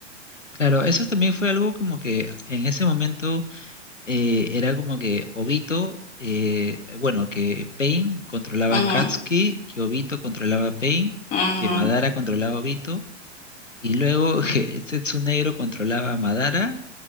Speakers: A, on the left (about 80°); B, on the left (about 25°).
A: Claro, eso también fue algo como que en ese momento eh, era como que Obito, eh, bueno, que Pain controlaba
B: <laughs> ujú,
A: a Katsuki, que Obito controlaba a Pain,
B: ujú,
A: que Madara controlaba a Obito, y luego <laughs> que Setsunegro controlaba a Madara,